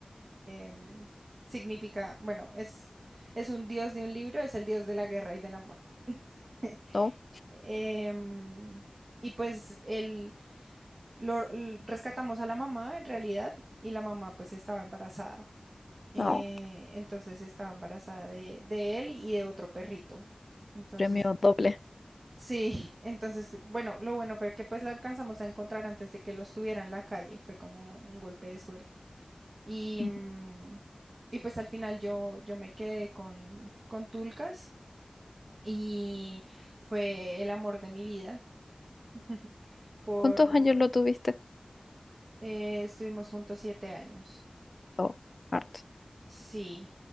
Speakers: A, on the right; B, on the left.
A: Em, significa, bueno, es, es un dios de un libro, es el dios de la guerra y del amor. <laughs>
B: No,
A: Em, y pues él, lo, l- rescatamos a la mamá en realidad y la mamá pues estaba embarazada. Eh,
B: no.
A: entonces estaba embarazada de, de él y de otro perrito. Entonces,
B: Premio
A: co-
B: doble.
A: sí, <laughs> entonces, bueno, lo bueno fue que pues la alcanzamos a encontrar antes de que los tuviera en la calle. Fue como un golpe de suerte. Y,
B: Ujú.
A: mm, y pues al final yo, yo me quedé con, con Tulcas y fue el amor de mi vida. <laughs> Por,
B: ¿Cuántos años lo tuviste?
A: eh, estuvimos juntos siete años.
B: No, harto.
A: Sí,